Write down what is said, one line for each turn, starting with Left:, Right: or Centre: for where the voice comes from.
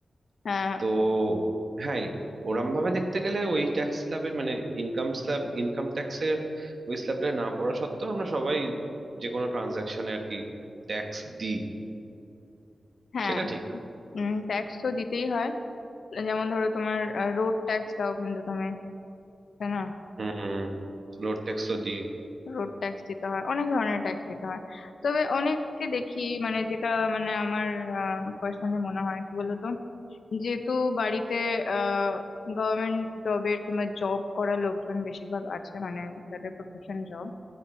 Left: হ্যাঁ
Right: তো হ্যাঁ ওরম ভাবে দেখতে গেলে ওই ট্যাক্স স্ল্যাবের মানে ইনকাম স্ল্যাব ইনকাম ট্যাক্সের ওই স্ল্যাবটা না পড়া সত্ত্বেও আমরা সবাই যে কোনো ট্রানজাকশনে আর কি ট্যাক্স দিই
Left: হ্যাঁ
Right: সেটা ঠিক
Left: উম ট্যাক্স তো দিতেই হয় যেমন ধরো তোমার রোড ট্যাক্স দাও কিন্তু তুমি তাই না
Right: হুম রোড ট্যাক্স তো দিই
Left: রোড ট্যাক্স দিতে হয় অনেক ধরনের ট্যাক্স দিতে হয় তবে অনেককে দেখি মানে যেটা মানে আমার পার্সোনালি মনে হয় কি বলতো যেহেতু বাড়িতে আহ গভর্নমেন্ট জবের কিংবা জব করা লোকজন বেশিরভাগ আছে মানে যাদের প্রফেশন জব